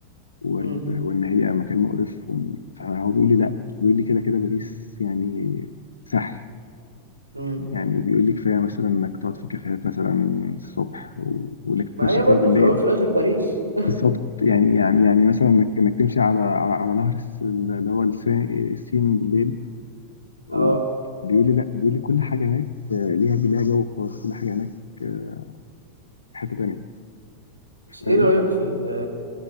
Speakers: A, on the left; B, on the right.
A: وال-
B: امم
A: وان هي مكان مقرف وإن- فهو بيقول
B: امم
A: لي لا بيقول لي كده كده باريس يعني سحر
B: امم
A: يعني بيقول لي كفايه مثلا انك تقعد في كافيهات مثلا الصبح و- وانك تتمشى
B: ما هي
A: فيها
B: برضو
A: بالليل
B: في الاول في الاخر باريس <laughs>
A: بالظبط يعني يعني يعني مثلا انك انك تمشي على على على نهر الس- اللي هو الس- السين بالليل وبيقول
B: اه
A: لي لا بيقول لي كل حاجه هناك آه، ليها ليها جو خاص كل حاجه هناك آه، في حته تانيه
B: بس
A: فلا
B: ايه رايك في, ال...